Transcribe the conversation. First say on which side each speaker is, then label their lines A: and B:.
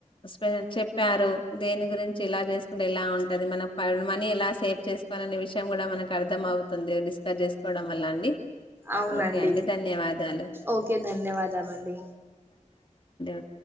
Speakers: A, on the left; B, on the right.
A: చె చెప్పారు దేని గురించి ఇలా చేసుకుంటే ఇలా ఉంటది మన మనీ ఇలా సేవ్ చేసుకో అనే విషయం కూడా మనకి అర్థం అవుతుంది డిస్కస్ చేసుకోవడం వల్ల అండి
B: అవునండి
A: ఓకే అండి ధన్యవాదాలు
B: ఓకే ధన్యవాదాలు అండి
A: ఉమ్